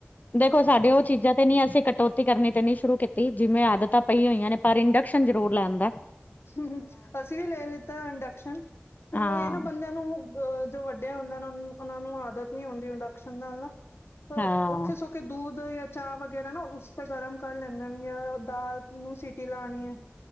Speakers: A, on the left; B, on the left.
A: ਦੇਖੋ ਸਾਡੇ ਉਹ ਚੀਜ਼ਾਂ ਤੇ ਨੀ ਅਸੀਂ ਕੱਟੋ ਕਰਨੀ ਤੇ ਨਹੀਂ ਸ਼ੁਰੂ ਕੀਤੀ, ਜਿਵੇਂ ਆਦਤਾਂ ਪਈ ਹੋਈਆਂ ਨੇ, ਪਰ ਇੰਡਕਸ਼ਨ ਜ਼ਰੂਰ ਲੈਣ ਦਾ।
B: ਹੂੰ-ਹੂੰ ਅਸੀਂ ਵੀ ਲੈ ਲਿੱਤਾ ਇੰਡਕਸ਼ਨ ਫੇਰ
A: ਹਾਂ
B: ਉਹੀ ਹੈ ਨਾ ਬੰਦਿਆਂ ਨੂੰ ਅ ਜੋ ਵੱਡੇ ਹੁੰਦੇ ਉਹਨਾਂ ਨੂੰ ਆਦਤ ਨੀ ਹੁੰਦੀ ਇੰਡਕਸ਼ਨ ਨਾਲ ਨਾ,
A: ਹਾਂ
B: ਔਖੇ ਕ ਦੂਧ ਜਾਂ ਚਾਹ ਵਗੈਰਾ ਨਾ ਉਸ ਤੇ ਗਰਮ ਕਰ ਲੈਂਦੇ ਨੇ ਜਾਂ ਦਾਲ ਨੂੰ ਸੀਿਟੀ ਲਾਨੀ ਐ